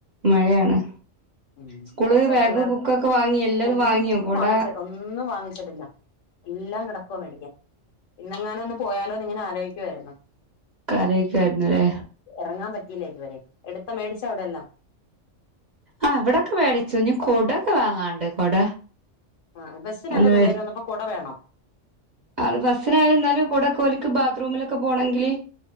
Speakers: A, on the right (about 50°); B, on the left (about 80°).
A: മഴയാണ്
B: ഉം
A: സ്കൂള്
B: ഡ്രസ്സ്
A: ബാഗ്
B: പിള്ളേർക്ക്
A: ബുക്കൊക്കെ വാങ്ങിയ എല്ലാതും
B: ഒന്നും
A: വാങ്ങിയോ കൊട
B: വാങ്ങിച്ച ഒന്നും വാങ്ങിച്ചിട്ടില്ല എല്ലാം കിടക്ക മേടിക്ക ഇന്നങ്ങനെ ഒന്ന് പോയാലോ നിങ്ങനെ ആലോക്ക ക്കേര്ന്നൊ
A: കറിവെക്കേര്ന്ന് ലേ?
B: എറങ്ങാൻ പറ്റില്ല ഇത് വരെ. എടുത്താ മേടിച്ച അടെ എല്ലാം
A: ആഹ് വടൊക്കെ മേടിച്ചു. ഞ്ഞ് കുടെക്കെ വാങ്ങാണ്ട്. കൊട
B: ആഹ് ബസ്സിനല്ലെ
A: ഒന്ന്
B: പിള്ളേര്
A: മേടി
B: വന്നപ്പോ കൊട വേണോ?
A: അത് ബസ്സിനാണ്ന്നാലും കുടക്കെ ഓല്ക്ക് ബാത്റൂമിലൊക്കെ പോണങ്കില്